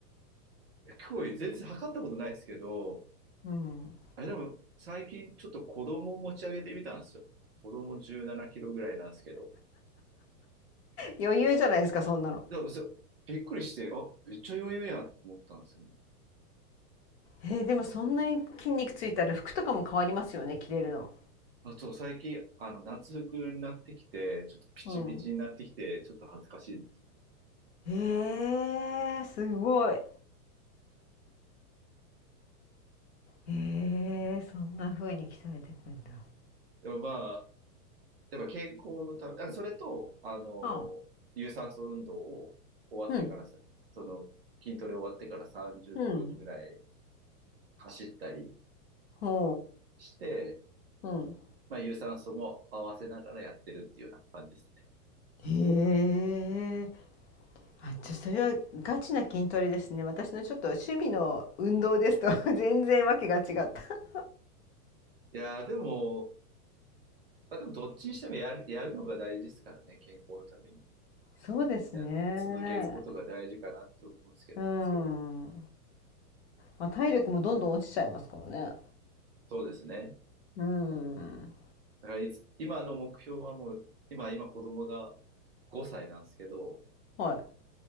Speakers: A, on the right; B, on the left.
A: すごい <laughs> 全然測ったことないですけど、
B: うん。
A: あれでも、最近ちょっと子供を持ち上げてみたんですよ。子供17キロぐらいなんですけど。
B: 余裕じゃないですか、そんなの。
A: でもそうびっくりして、あ、めっちゃ余裕やと思ったんですよね。
B: えー、でもそんなに筋肉ついたら服とかも変わりますよね、着れるの。
A: あ、そう、最近、あの、夏服になってきて、ちょっとピチピチになってきて、
B: うん。
A: ちょっと恥ずかしいです。
B: へえ、すごい。へえ、そんな風に鍛えていくんだ。
A: でもまあ、やっぱ健康のため、あ、それと、あの、
B: うん。
A: 有酸素運動を終わってからさ、
B: うん。
A: その、筋トレ終わってから30分ぐらい
B: うん。
A: 走ったり
B: ほ
A: して、
B: ううん。
A: まあ、有酸素も合わせながらやってるっていうような感じです。
B: へえ。あ、じゃ、それはガチな筋トレですね。私のちょっと趣味の運動ですと <laughs> 全然わけが違った。
A: いやー、でも、まあでもどっちにしてもやる、やるのが大事ですからね、健康のために。
B: そうですね。
A: や、続けることが大事かなって思うんですけど。
B: うん。まあ、体力もどんどん落ちちゃいますからね。
A: そうですね。
B: うん。
A: だからいつ、今の目標はもう、今、今子供が5歳なんですけど、
B: はい。